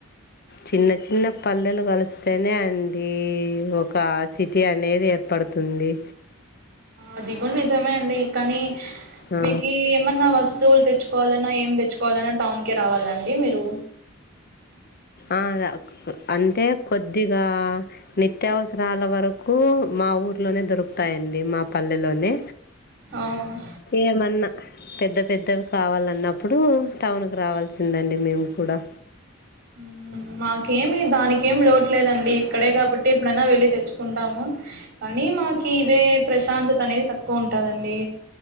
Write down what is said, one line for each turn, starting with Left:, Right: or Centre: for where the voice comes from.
Left: చిన్న చిన్న పల్లెలు కలిస్తేనే అడి ఒక సిటీ అనేది ఏర్పడుతుంది
Right: అది కూడా నిజమే అండి కానీ
Left: ఆ,
Right: మీకి ఏమన్నా వస్తు తులు తెచ్చుకోవాలన్నా ఏం తెచ్చుకోవాలన్నా టౌన్ కే రావాలండి మీరు
Left: ఆ అంటే కొద్ది ఇక నిత్యావసరాల వరకు మా ఊర్లోనే దొరుకుతాయిండి మా పల్లెలోనే
Right: ఆ
Left: ఏమన్న పెద్ద పెద్దవి కావాలన్నప్పుడు టౌన్ కు రావాల్సిందండి మేము కూడా
Right: హ్మ్ మాకేమి దానికేమి లోటు లేదండి ఇక్కడే కాబట్టి ఇప్పుడైనా వెళ్లి తెచ్చుకుంటాము కానీ మాకి ఇవే ప్రశాంతత అనేది తక్కువ ఉంటదండి